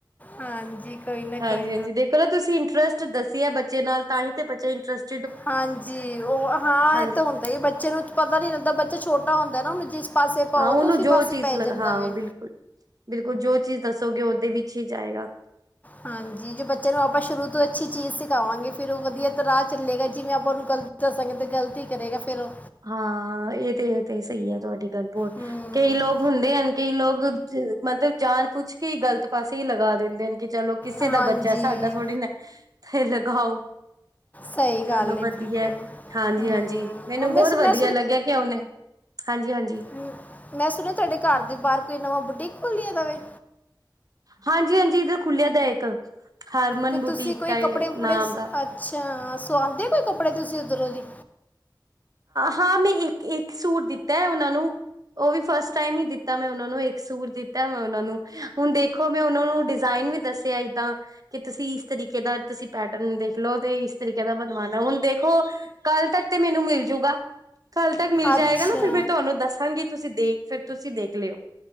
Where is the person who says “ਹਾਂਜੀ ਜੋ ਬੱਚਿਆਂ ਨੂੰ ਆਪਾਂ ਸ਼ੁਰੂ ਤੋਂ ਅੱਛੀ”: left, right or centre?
Left